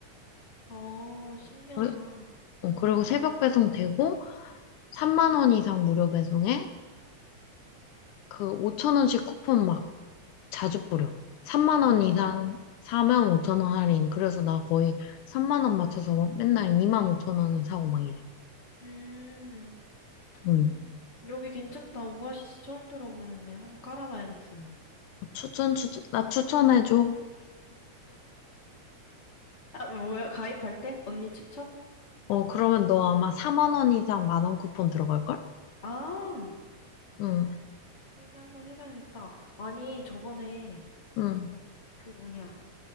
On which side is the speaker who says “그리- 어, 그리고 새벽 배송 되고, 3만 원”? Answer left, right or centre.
Left